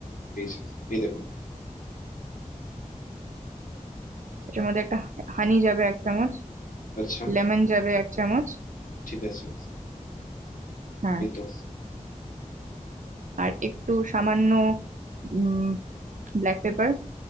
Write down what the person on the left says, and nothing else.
এই যে এই দেখুন
আচ্ছা
ঠিক আছে
এই তো